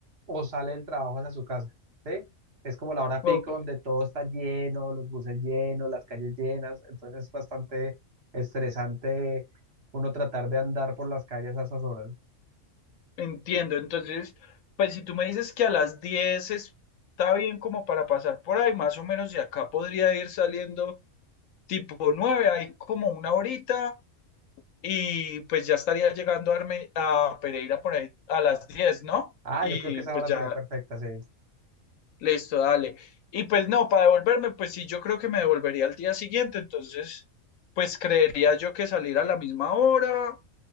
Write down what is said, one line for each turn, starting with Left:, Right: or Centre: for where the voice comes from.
Right: o sale del trabajo hacia su casa, ¿sí? Es como la hora pico
Left: ok,
Right: donde todo está lleno, los buses llenos, las calles llenas, entonces es bastante estresante uno tratar de andar por las calles a esas horas.
Left: entiendo. Entonces, pues si tú me dices que a las 10 está bien como para pasar por ahí, más o menos de acá podría ir saliendo tipo 9, hay como una horita y pues ya estaría llegando a, Arme- a Pereira por ahí a las 10, ¿no?
Right: Ah,
Left: Y
Right: yo creo que esa
Left: pues
Right: hora
Left: ya,
Right: sería perfecta, sí.
Left: listo, dale. Y pues no, para devolverme, pues sí, yo creo que me devolvería al día siguiente, entonces, pues creería yo que salir a la misma hora